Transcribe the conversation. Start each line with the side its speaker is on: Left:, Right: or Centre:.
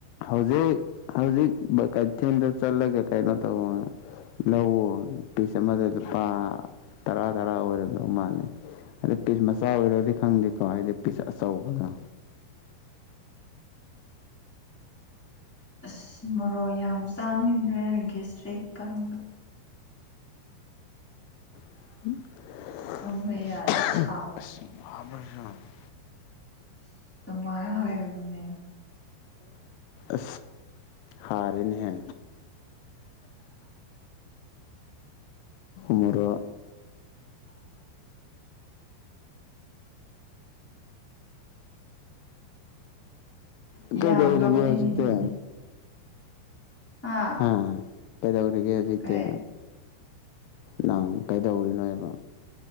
Left: ꯍꯧꯖꯤꯛ ꯍꯧꯖꯤꯛ ꯀꯩꯊꯦꯜꯗ ꯆꯠꯂꯒꯦ ꯀꯩꯅꯣ ꯇꯧꯕ ꯂꯧꯋ ꯄꯤꯁ ꯑꯃꯗ ꯂꯨꯄꯥ ꯇꯔꯥ ꯇꯔꯥ ꯑꯣꯏꯔꯝꯗꯧ ꯃꯥꯜꯂꯦ ꯑꯗ ꯄꯤꯁ ꯃꯆꯥ ꯑꯣꯏꯔꯗꯤ ꯈꯪꯗꯦꯀꯣ ꯍꯥꯏꯗꯤ ꯄꯤꯁ ꯑꯆꯧꯕꯗꯣ
Centre: <unintelligible> ꯑꯁ ꯃꯣꯛ ꯌꯥꯝ ꯆꯥꯅꯤꯡꯦꯒꯤꯁꯇ꯭ꯔꯤꯛ ꯀꯟꯕ
Left: ꯃꯥꯁꯨ
Centre: ꯇꯨꯝꯕ ꯌꯥꯗꯦ ꯁꯥꯒꯠꯇꯅ ꯑ ꯇꯃ ꯍꯥꯏꯒꯅꯅꯦ
Left: ꯑ ꯍꯥꯔꯦꯅꯦꯍ ꯃꯔꯣ
Centre: ꯌꯥꯝ
Left: ꯀꯩꯗꯧꯔꯤꯒꯦ
Centre: ꯅꯣꯛꯅꯤꯡꯉꯤ
Left: ꯍꯧꯖꯤꯛꯇꯤ
Centre: ꯍꯥ
Left: ꯍꯥꯥ ꯄꯦꯗꯎꯔꯤꯒ ꯍꯧꯖꯤꯛꯇ
Centre: ꯀꯩ
Left: ꯅꯪ ꯀꯩꯗꯧꯔꯤꯅꯣ ꯍꯥꯏꯕ